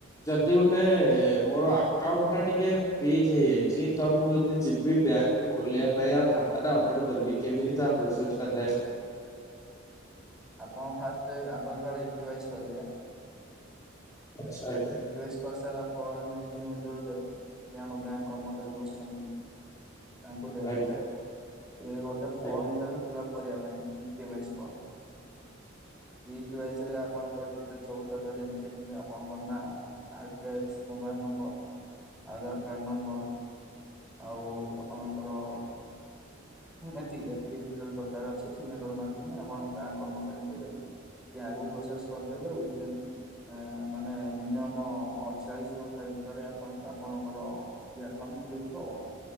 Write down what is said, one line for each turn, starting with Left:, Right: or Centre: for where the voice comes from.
Left: ଯଦି ଗୋଟେ ମୋର ଆକାଉଣ୍ଟ ଟା ଟିକେ ଫ୍ରିଜ ହେଇଯାଇଛି ତ ମୁଁ ଯଦି ଯିବି ବ୍ୟାଙ୍କ କୁ ଖୋଲିବା ପାଇଁ ଆଉ ଖାତା ଟା ଅପଡେଟ କରିବି କେମିତି ତା ପ୍ରୋସେସ ଟା ଥାଏ।
Centre: ଆପଣ ଫାଷ୍ଟରେ ଆଧାର କାର୍ଡ ଇ କେ ୱାଇସ୍ କରିବେ।
Left: ଆଛା ଆଜ୍ଞା।
Centre: କେସ କରିସାରିଲା ପରେ ନେଇକି ମୁଁ ଦେ କି ଆମ ଗାଁ କର୍ମଚାରୀ ବସିଛନ୍ତି। ତାଙ୍କୁ ଦେବେ
Left: ଆଜ୍ଞା
Centre: ସେ ଗୋଟେ ଫର୍ମ
Left: ଆଜ୍ଞା
Centre: ଦେବେ ଫିଲପ୍ କରିବା ପାଇଁ ଇ କେ ୟା ସି ଫର୍ମ ଇ କେ ୟା ସି ରେ ଆପଣଙ୍କ ଡିଟେଲ ସବୁ ଦେବେ ଯେମିତି କି ଆପଣ address mobile number Aadhaar card number <unintelligible> ଆଉ ଆପଣଙ୍କର ହୁଁ ଏତିକି ଏତିକି ରେ ଦରକାର ଅଛି ସିଗନେଚର ମାରିବେନି ଆପଣ ବ୍ୟାଙ୍କ କର୍ମଚାରୀଙ୍କୁ ଦେଇଦେବେ। ସିଏ ଆଗକୁ ପ୍ରସେସ କରିଦେବେ <inaudible> ମାନେ ମିନିମମ ଅଠଚାଳିଶ ଘଣ୍ଟା ଭିତରେ ଆପଣ ଆପଣଙ୍କର ଇଏ ଆକାଉଣ୍ଟ ଖୋଲିଯିବ ଓ